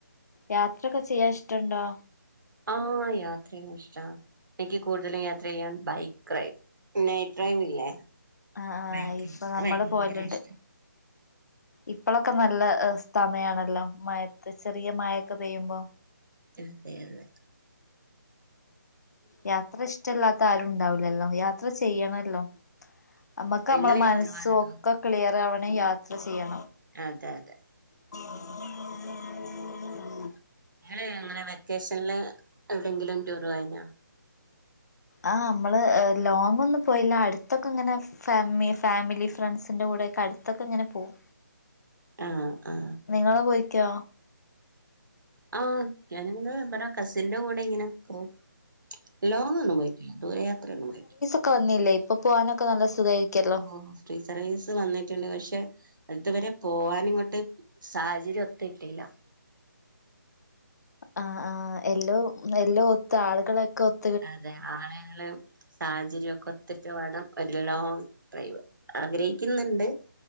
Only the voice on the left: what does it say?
യാത്രയൊക്കെ ചെയ്യാൻ ഇഷ്ടണ്ടോ?
ആ ആഹ്
ഇപ്പൊ
നമ്മള്
പോയലുണ്ട്.
ഇപ്പഴൊക്കെ നല്ല സമയണല്ലോ മഴത്ത് ചെറിയ മഴയൊക്കെ പെയ്യുമ്പോ
യാത്ര ഇഷ്ടമല്ലാത്ത ആരും ഉണ്ടാവില്ലല്ലോ യാത്ര ചെയ്യണല്ലോ? നമ്മുക്ക്
നമ്മളെ മനസ്സു
മൊക്കെ ക്ലിയർ ആവണെ യാത്ര ചെയ്യണം.
<inaudible>
ആ മ്മള് ലോങ് ഒന്നും പോയില്ല അടുത്തൊക്കെ ഇങ്ങനെ ഫാമി ഫാമിലി ഫ്രണ്ട്സിൻ്റെ കൂടെയൊക്കെ അടുത്തൊക്കെ ഇങ്ങനെ പോവും.
നിങ്ങള് പോയിക്കോ?
ക്ക വന്നില്ലേ? ഇപ്പൊ പോവാനൊക്കെ നല്ല സുഖമായിരിക്കല്ലോ?
ആ ആ് എല്ലവും എല്ലോം ഒത്ത് ആളുകളൊക്കെ ഒത്ത